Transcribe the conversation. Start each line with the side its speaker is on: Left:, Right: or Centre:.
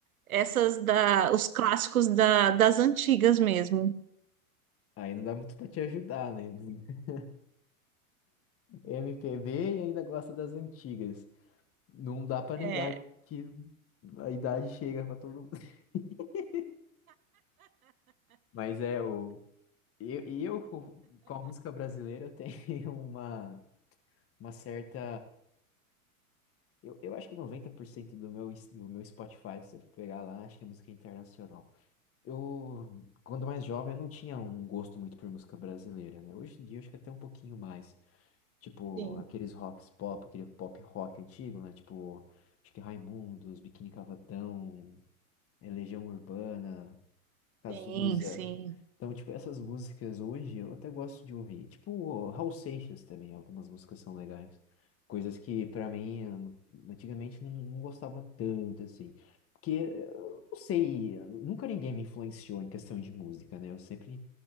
Right: essas da, os clássicos da, das antigas mesmo.
Left: Aí não dá muito pra te ajudar, né? <laughs> MPB e ainda gosta das antigas. Não dá pra negar
Right: É,
Left: que a idade chega pra todo mundo. <laughs> Mas é o eu, e eu co- com a música brasileira eu tenho <laughs> uma uma certa eu, eu acho que 90% do meu do meu Spotify, se você pegar lá, acho que é música internacional. Eu, quando mais jovem, eu não tinha um gosto muito por música brasileira, né? Hoje em dia, eu acho que até um pouquinho mais. Tipo,
Right: sim,
Left: aqueles rocks pop, aquele pop rock antigo, né? Tipo, acho que Raimundos, Biquíni Cavadão, eh, Legião Urbana. Cazuza.
Right: sim, sim.
Left: Então, tipo, essas músicas hoje eu até gosto de ouvir. Tipo, o Raul Seixas também, algumas músicas são legais. Coisas que, pra mim, eu- antigamente não, não gostava tanto, assim. Porque, eu não sei, nunca ninguém me influenciou em questão de música, né? Eu sempre